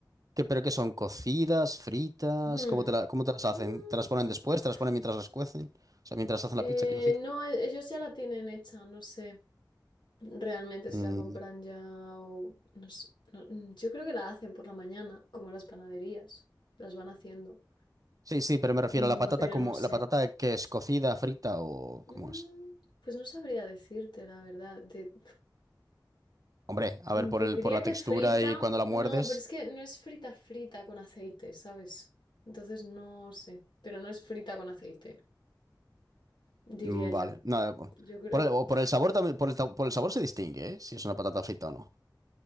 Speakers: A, on the right; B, on the left.
A: ¿Qué, pero qué son? ¿Cocidas? ¿Fritas?
B: Hmm,
A: ¿Cómo te la- cómo te las
B: mm,
A: hacen? ¿Te las ponen después?
B: pf.
A: ¿Te las ponen mientras las cuecen? O sea, mientras hacen
B: Eh,
A: la pizza, quiero decir.
B: no, e- ellos ya la tienen hecha, no sé realmente si
A: Mm,
B: la compran ya o no sé. no, mm, yo creo que la hacen por la mañana, como las panaderías, las van haciendo.
A: Sí, sí, pero me refiero
B: Mm,
A: a la patata
B: pero
A: como...
B: no sé.
A: ¿La patata que es cocida, frita o
B: Mm,
A: cómo es?
B: pues no sabría decirte la verdad. de
A: Hombre, a
B: Mm,
A: ver, por
B: Te
A: el,
B: diría
A: por la
B: que
A: textura
B: frita.
A: y cuando la
B: No,
A: muerdes...
B: pero es que no es frita frita con aceite, ¿sabes? Entonces no sé. Pero no es frita con aceite, diría
A: mm,
B: yo.
A: Vale. Nada, po-
B: Yo creo.
A: por el, o
B: pf,
A: por el sabor también... Por el, ta- por el sabor se distingue, ¿eh? Si es una patata frita o no.